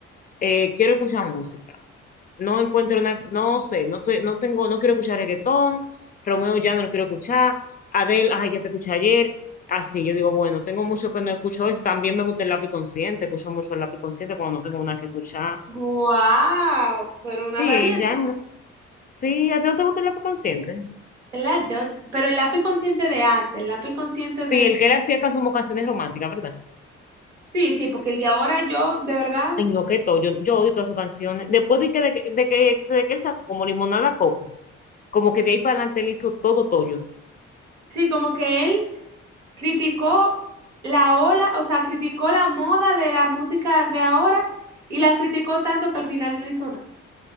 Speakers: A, on the left; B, on the right.
A: eh, quiero escuchar música. No encuentro una, no sé, no, te- no tengo, no quiero escuchar reggaetón, Romeo ya no lo quiero escuchar, Adele, ay, ya te escuché ayer, así, yo digo, bueno, tengo mucho que no escucho eso, también me gusta el lápiz consciente, escucho mucho el lápiz consciente cuando no tengo nada que escuchar.
B: guau, pero una
A: Sí,
B: variedad.
A: realmente, sí, ¿a ti no te gusta el lápiz consciente?
B: Claro, pero el lápiz consciente de antes, el lápiz consciente
A: Sí,
B: de...
A: el que él hacía can- como canciones románticas, ¿verdad?
B: Sí, sí, porque el de ahora yo, de verdad,
A: Ay, no, que todo, yo, yo odio todas sus canciones. Después de que, de, que, de que de que él sacó como Limonada Coco, como que de ahí para adelante él hizo todo todo
B: sí, como que él criticó la ola, o sea, criticó la moda de la música de ahora y la criticó tanto que al final no hizo nada.